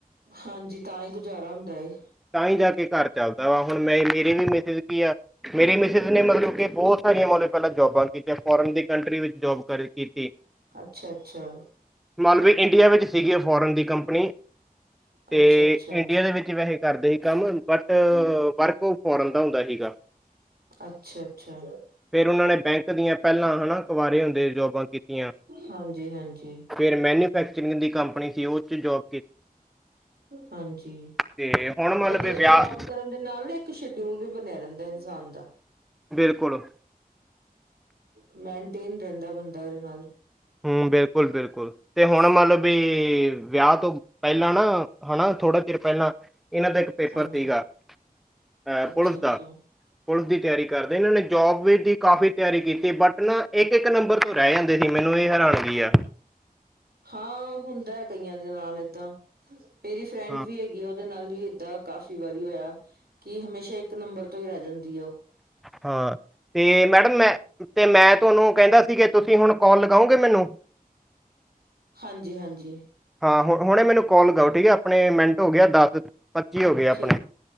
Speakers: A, on the right; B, in the centre.
A: ਹਾਂਜੀ ਤਾਂ ਹੀ ਗੁਜ਼ਾਰਾ ਹੁੰਦਾ ਏ।
B: ਤਾਂ ਹੀ ਜਾ ਕੇ ਘਰ ਚੱਲਦਾ ਵਾ ਹੁਣ ਮੈਂ ਮੇਰੇ ਵੀ ਮਿਸਿਜ ਕੀ ਆ ਮੇਰੇ ਮਿਸਿਜ ਨੇ ਮਤਲਬ ਕਿ ਬਹੁਤ ਸਾਰੀਆਂ ਉਹ ਨੇ ਪਹਿਲਾਂ ਜੋਬਾਂ ਕੀਤੀ ਫੋਰਨ ਦੀ ਕੰਟਰੀ ਵਿੱਚ ਜੋਬ ਕਰ ਕੀਤੀ
A: ਅੱਛਾ ਅੱਛਾ
B: ਮਾਨਲੋ ਇੰਡੀਆ ਵਿੱਚ ਸੀਗੀ ਫੋਰਨ ਦੀ ਕੰਪਨੀ ਤੇ
A: ਅੱਛਾ ਅੱਛਾ
B: ਇੰਡੀਆ ਦੇ ਵਿੱਚ ਵੈਸੇ ਕਰਦੇ ਹੀ ਕੰਮ ਬਟ ਵਰਕ ਫੋਰਨ ਦਾ ਹੁੰਦਾ ਹੀਗਾ।
A: ਅੱਛਾ- ਅੱਛਾ।
B: ਫਿਰ ਉਹਨਾਂ ਨੇ ਬੈਂਕ ਦੀਆਂ ਪਹਿਲਾਂ ਹਨਾ ਕੁਵਾਰੇ ਹੁੰਦੇ ਜੌਬਾਂ ਕੀਤੀਆਂ
A: ਹਾਂਜੀ ਹਾਂਜੀ
B: ਫਿਰ ਮੈਨੂਫੈਕਚਰਿੰਗ ਦੀ ਕੰਪਨੀ ਸੀ ਉਹ 'ਚ ਜੋਬ
A: ਹਾਂਜੀ
B: ਤੇ ਹੁਣ ਮੰਨ
A: ਵਧੀਆ
B: ਵੀ ਵਿਆਹ
A: ਜੋਬ ਕਰਨ ਦੇ ਨਾਲ ਨਾ ਇੱਕ ਸ਼ਡਿਊਲ ਵੀ ਬਣਿਆ ਰਹਿੰਦਾ ਇਨਸਾਨ ਦਾ
B: ਬਿਲਕੁਲ
A: ਮੈਨਟੇਨ ਰਹਿੰਦਾ ਬੰਦਾ ਇਹਦੇ ਨਾਲ
B: ਹੂ ਬਿਲਕੁਲ ਬਿਲਕੁਲ ਤੇ ਹੁਣ ਮੰਨ ਲਓ ਵੀ ਵਿਆਹ ਤੋਂ ਪਹਿਲਾਂ ਨਾ ਹਨਾ ਥੋੜਾ ਚਰ ਪਹਿਲਾਂ ਇਹਨਾਂ ਦਾ ਇੱਕ ਪੇਪਰ
A: ਹਾਂਜੀ
B: ਸੀਗਾ ਅਹ
A: ਅੱਛਾ
B: ਪੁਲਿਸ
A: ਅੱਛਾ
B: ਦਾ ਪੁਲਿਸ ਦੀ ਤਿਆਰੀ ਕਰਦੇ ਇਹਨਾਂ ਨੇ ਜੋਬ ਦੀ ਕਾਫ਼ੀ ਤਿਆਰੀ ਕੀਤੀ ਬਟ ਨਾ ਇੱਕ ਇੱਕ ਨੰਬਰ ਤੋਂ ਰਹਿ ਜਾਂਦੇ ਸੀ। ਮੈਨੂੰ ਇਹ ਹੈਰਾਨ ਗਈ ਹੈ।
A: ਹਾਂ ਹੁੰਦਾ ਹੈ ਕਈਆਂ ਦੇ ਨਾਲ ਏਦਾਂ ਮੇਰੀ ਫਰੈਂਡ
B: ਹਾਂ।
A: ਵੀ ਹੈਗੀ ਉਹਦੇ ਨਾਲ ਵੀ ਇਦਾਂ ਕਾਫ਼ੀ ਵਾਰੀ ਹੋਇਆ ਕਿ ਹਮੇਸ਼ਾ ਇੱਕ ਨੰਬਰ ਤੋਂ ਹੀ ਰਹਿ ਜਾਂਦੀ ਹੈ ਉਹ
B: ਹਾਂ ਤੇ ਮੈਡਮ ਮੈਂ ਤੇ ਮੈਂ ਤੁਹਾਨੂੰ ਕਹਿੰਦਾ ਸੀ ਕਿ ਤੁਸੀਂ ਹੁਣ ਕਾਲ ਲਗਾਓਗੇ ਮੈਨੂੰ
A: ਹਾਂਜੀ ਹਾਂਜੀ
B: ਹਾਂ ਹੁ ਹੁਣੇ ਮੈਨੂੰ ਕੋਲ ਕਰੋ ਠੀਕ ਹੈ ਆਪਣੇ ਮਿੰਟ ਹੋ ਗਿਆ ਦਸ ਪੱਚੀ ਹੋ ਗਏ ਆਪਣੇ-
A: ਠੀਕ